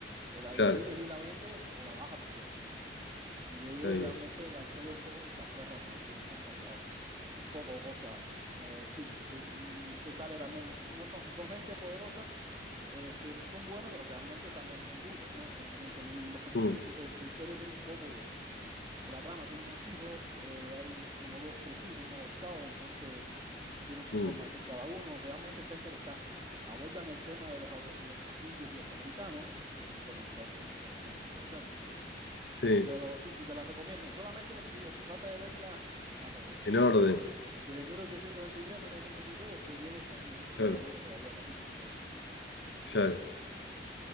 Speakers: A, on the right (about 25°); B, on the left (about 85°).
A: O la
B: claro,
A: divides y la vendes o la vas a perder. Y ellos
B: está bien.
A: realmente la historia es un poco que se aferran a eso y luchan contra eso. Un poco cosa, eh, sí, se, mm, se sale también, no son, son gente poderosa, eh, se- son buenos, pero realmente también son duros, ¿no? Son gente muy dura. <laughs>
B: Mm,
A: Entonces la historia tiene un poco eh, la trama tiene unos hijos, eh, hay como dos, tres hijos, uno adoptado, entonces tienen su
B: mm,
A: forma de ser cada uno. Realmente está interesante. Abordan el tema de los, abo- los indios norteamericanos, que es un tema de Estados Unidos que es bastante interesante.
B: sí,
A: Pero sí, sí, te la recomiendo. Solamente lo que te digo, trata de verla al revés.
B: en orden,
A: <laughs> de- desde 1823, 1923, y después Yellowstone, que incluso están
B: claro,
A: sacando todavía capítulos, creo.
B: claro,